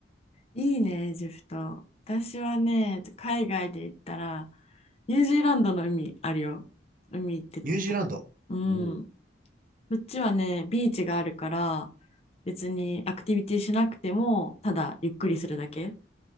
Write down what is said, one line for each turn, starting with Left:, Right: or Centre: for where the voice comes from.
Left: いいね、エジプト。私はね、海外で行ったら、ニュージーランドの海あるよ。海行ってた。
Right: ニュージーランド。
Left: うん。
Right: おう
Left: こっちはね、ビーチがあるから、別にアクティビティしなくても、ただゆっくりするだけ